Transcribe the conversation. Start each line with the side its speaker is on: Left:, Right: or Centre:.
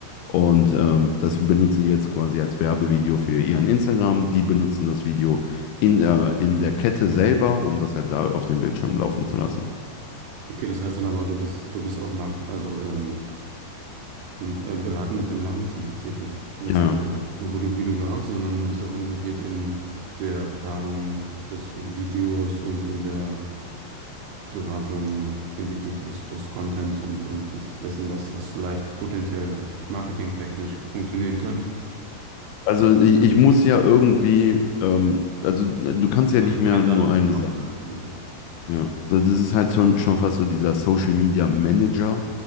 Left: Und ähm, das benutzt sie jetzt quasi als Werbevideo für ihren Instagram. Die benutzen das Video in der, in der Kette selber, um das halt da auf dem Bildschirm laufen zu lassen.
Right: Okay, das heißt dann aber, du bist, du bist auch Mark also ähm, m- äh, beratend im Marketing tätig. Letztendlich,
Left: Ja.
Right: du bist nicht nur Videograf, sondern bist auch involviert in der Planung des Videos und in der Beratung hinsichtlich des, des Contents und, und hinsichtlich dessen, was, was vielleicht potenziell marketingtechnisch funktionieren könnte.
Left: Also ich, ich muss ja irgendwie, ähm, also du kannst ja
Right: Also
Left: nicht mehr
Right: Trendanalyse
Left: nur eine
Right: machst
Left: Sache
Right: du da, finde ich
Left: Ja, so, das ist halt schon, schon fast so dieser Social Media Manager,